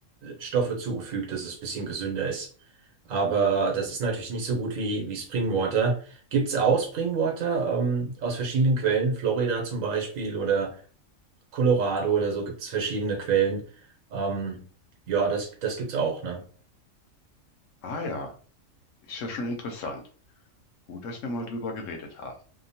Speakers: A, on the right (about 80°); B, on the left (about 75°).
A: Stoffe zugefügt, dass es ein bisschen gesünder ist. Aber das ist natürlich nicht so gut wie, wie Springwater. Gibt's auch Springwater ähm, aus verschiedenen Quellen, Florida zum Beispiel oder Colorado oder so gibt's verschiedene Quellen. Ähm, ja, das, das gibt's auch, ne?
B: Ah ja, ist ja schon interessant. Gut, dass wir mal drüber geredet haben.